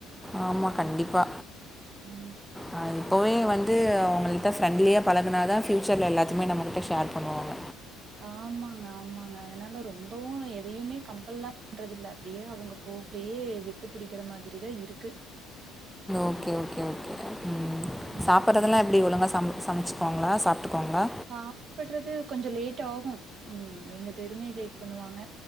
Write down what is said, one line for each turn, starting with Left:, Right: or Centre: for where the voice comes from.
Centre: ஆமா கண்டிப்பா
Right: ம்.
Centre: ஆ இப்போவே வந்து அவுங்கள்ட்ட ஃப்ரெண்ட்லியா பழகுனாதா ஃப்யூச்சர்ல எல்லாத்திமே நம்மகிட்ட ஷேர் பண்ணுவாங்க
Right: ஆமாங்க ஆமாங்க அதனால ரொம்பவு எதையுமே கம்பல்லா பண்றதில்ல அப்டியே அவுங்கபோ போக்லியே விட்டு பிடிக்கிற மாதிரி தா இருக்கு
Centre: ஓகே ஓகே ஓகே அ ம் சாப்பறதல்லா
Right: சரிங்க.
Centre: எப்டி ஒழுங்கா சம் சமச்சுக்குவாங்ளா சாப்ட்டுக்குவாங்ளா
Right: <inaudible> பட்றது கொஞ்ஜோ லேட் ஆகு ம் ரெண்டு பேருமே லேட் பண்ணுவாங்க